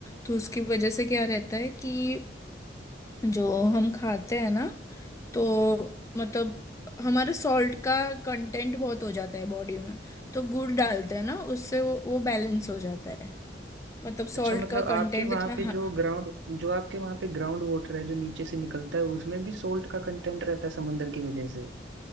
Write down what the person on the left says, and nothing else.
तो उसकी वजह से क्या रहता है कि जो हम खाते हैं ना तो मतलब हमारे सॉल्ट का कंटेंट बहुत हो जाता है बॉडी में तो गुड़ डालते हैं ना उससे वो वो बैलेंस हो जाता है मतलब
सॉल्ट
का
कंटेंट
इतना
हाँ